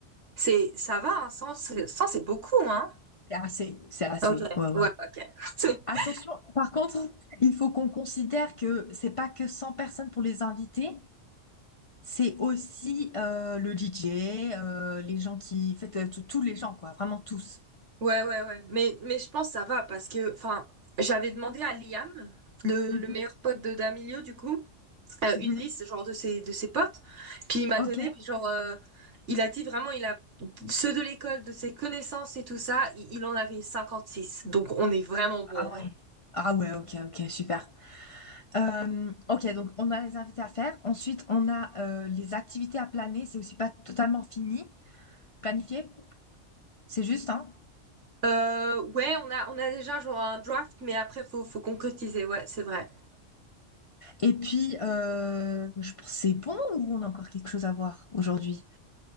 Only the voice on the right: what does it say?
c'est, ça va, hein, 100, c'est 100, c'est beaucoup, hein?
Ok,
ouais, ok. <laughs>
Ouais, ouais, ouais. Mais, mais je pense que ça va parce que, enfin, j'avais demandé à Liam, le,
le meilleur pote de Damilio, du coup. euh,
une liste genre de ses de ses potes puis il m'a
donné puis genre euh, il a dit vraiment il a ceux de l'école de ses connaissances et tout ça il, il en avait cinquante six donc on est vraiment bon
hein.
Euh, ouais on a on a déjà genre un draft mais après faut faut concrétiser ouais c'est vrai